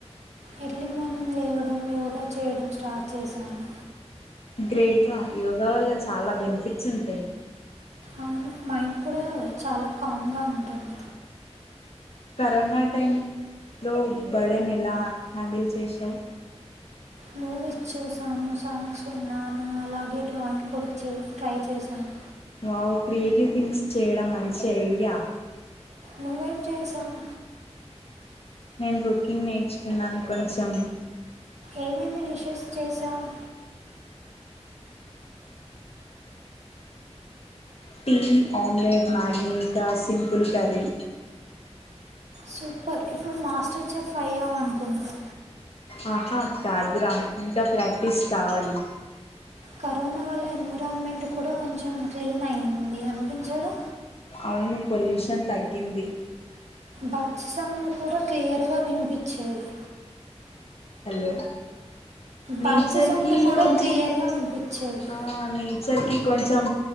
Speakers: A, on the right (about 75°); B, on the left (about 60°).
A: ఎర్లీ మార్నింగ్ లేవడం యోగా చేయడం స్టార్ట్ చేశాను
B: గ్రేట్రా యోగా వల్ల చాలా బెనిఫిట్స్ ఉంటాయి
A: అవును మైండ్ కూడా చాలా కామ్గా ఉంటుంది
B: కరోనా టైంలో బడెన్ ఎలా హ్యాండిల్ చేశావు
A: మూవీస్ చూసాను సాంగ్స్ విన్నాను అలాగే డ్రాయింగ్ కూడా చే ట్రై చేశాను
B: వావు క్రియేటివ్ థింగ్స్ చేయడం మంచి ఐడియా
A: నువ్వు చేసావు
B: నేను కుకింగ్ నేర్చుకున్నాను కొంచెం
A: ఏమేమి డిషెస్ చేశావు
B: టీ ఆమ్లేట్ మ్యాగికా సింపుల్ కర్రీ
A: సూపర్ ఇప్పుడు మాస్టర్ చెఫ్ అయ్యావు అనుకుంటా
B: ఆహా కాదురా ఇంకా ప్రాక్టీస్ కావాలి
A: కరోనా వల్ల ఎన్విరాన్మెంట్ కూడా కొంచెం క్లీన్ అయింది అనిపించడు
B: అవును పొల్యూషన్ తగ్గింది
A: బర్డ్స్ సౌండ్ కూడా క్లియర్గా వినిపించేది
B: హలో నేచర్
A: బర్డ్స్ సౌండ్
B: కి
A: కూడా
B: కొంచం
A: క్లియర్గా వినిపించేది
B: ఆ నేచర్ కి కొంచెం